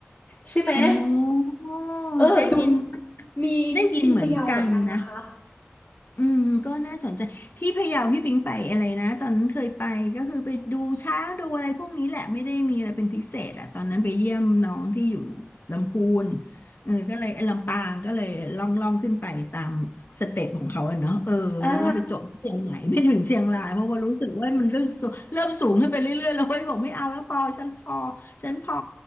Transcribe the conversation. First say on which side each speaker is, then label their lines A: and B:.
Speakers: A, on the left; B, on the left.
A: ใช่ไหม
B: อ๋อ
A: เออดู
B: ได้ยิน
A: มีที่พะเยาเหมือนกันนะคะ
B: ได้ยินเหมือนกันนะ อืมก็น่าสนใจที่พะเยาพี่ปิงไปอะไรนะตอนนั้นเคยไปก็คือไปดูช้างดูอะไรพวกนี้แหละไม่ได้มีอะไรเป็นพิเศษอะตอนนั้นไปเยี่ยมน้องที่อยู่ลำพูนเออก็เลยเอ้ยลำปางก็เลยล่องล่องขึ้นไปตามสเต็ปของเขาอะเนาะเออแล้วก็ไปจบที่เชียงใหม่ไม่ถึงเชียงรายเพราะว่ารู้สึกว่ามันเริ่มสูงเริ่มสูงขึ้นไปเรื่อยๆแล้วเว้ยบอกไม่เอาแล้วพอฉันพอ
A: อา
B: ฉันพอ